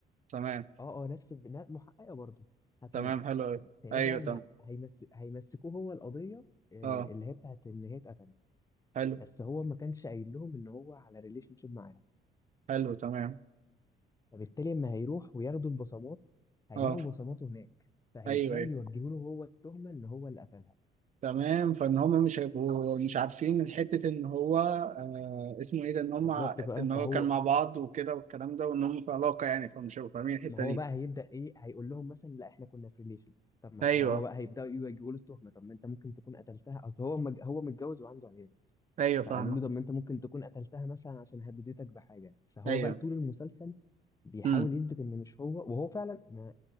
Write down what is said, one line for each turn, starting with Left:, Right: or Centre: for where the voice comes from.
Right: تمام
Left: اه اه نفس البناء محققه برضه هتموت
Right: تمام حلو أوي
Left: فايه
Right: أيوه
Left: بقى
Right: تمام
Left: ما هيمس... هيمسكوه هو القضيه آه،
Right: أه
Left: اللي هي بتاعت ان هي اتقتلت
Right: حلو
Left: بس هو ما كانش قايل لهم ان هو على ريليشن شيب معاها
Right: حلو تمام
Left: فبالتالي اما هيروح وياخدوا البصمات هيلاقوا
Right: أه
Left: بصماته هناك فهيبداوا
Right: أيوه أيوه
Left: يوجهوا له هو التهمه ان هو اللي قتلها
Right: تمام فإن هما مش هيبقوا مش عارفين من حتة إن هو آه اسمه إيه ده إن
Left: بالظبط
Right: هما
Left: بقى
Right: إن
Left: فهو
Right: هو كان مع بعض وكده والكلام ده وإن هما في علاقة يعني فمش هيبقوا فاهمين الحتة
Left: ما هو
Right: دي
Left: بقى هيبدأ ايه هيقول لهم مثلا لا احنا كنا في ريليشن طب ما
Right: أيوه
Left: هو بقى هيبدأوا يواجهوا له التهمة طب ما انت ممكن تكون قتلتها اصل هو مج... هو متجوز وعنده عيال
Right: أيوه فاهمك
Left: فقالوا له طب ما انت ممكن تكون قتلتها مثلا عشان هددتك بحاجة فهو
Right: أيوه
Left: بقى طول المسلسل بيحاول
Right: أمم
Left: يثبت ان مش هو وهو فعلا ما